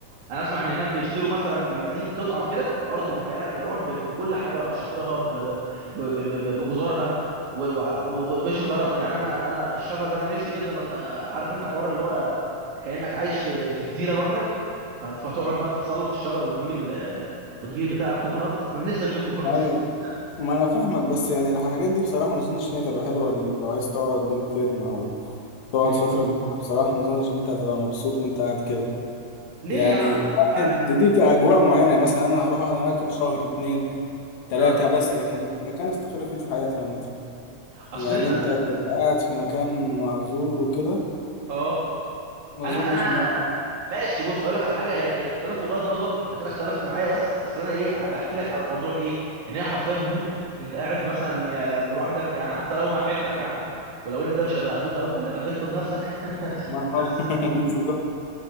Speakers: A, on the right; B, on the left.
A: انا اسمع ان هناك بيشتروا مثلا بيبقى ليك قطعه كده ارض معينه كده هون بك- بكل حاجه بقى بشاطئها ب- ب- ب- ب- بجزرها و- و- وبشجرها يعني انا انا الشجر ده انا نفسي جدا أت- عارف انت حوار اللي هو كانك عايش في في جزيره لوحدك ف- فتقعد بقى تتسلق الشجر وتجيب ال وتجيب بتاع الكوكونات انا نفسي اجيب الكوكونات
B: ايوه
A: <laughs>
B: ما انا فاهمك بس يعني الحاجات دي بصراحه ما اظنش ان هي تبقى حلوه لل- لو عايز تقعد لونج تيرم او تقعد
A: مم.
B: فتره كبيره بصراحه ما اظنش ان انت هتبقى مبسوط وانت قاعد كده
A: ليه
B: يعني
A: يا عم ده انت
B: واحد
A: قاعد
B: دي بتبقى اجواء معينه يعني مثلا انا هروح اقعد هناك شهر اتنين تلاته
A: اه
B: بس لكن مكان استقر فيه طول حياتي عامه
A: اصل
B: يعني
A: انت
B: انت تبقى قاعد في مكان معزول وكده
A: اه
B: ما
A: انا
B: اظنش
A: انا
B: ان هي-
A: ماشي بص اقول لك على حاجه هي هي اختلاف وجهات نظر انت كده اختلفت معايا بس اصل انا ايه بحكي لك على موضوع ايه ان هي حرفيا هدوء انت قاعد مثلا يا لوحدك يعني حتى لو مع عيلتك يا عم ولو ان ده مش هيبقى هدوء قوي انت هيبقى جبته لنفسك <laughs>
B: ما
A: بس
B: <laughs> بالظبط،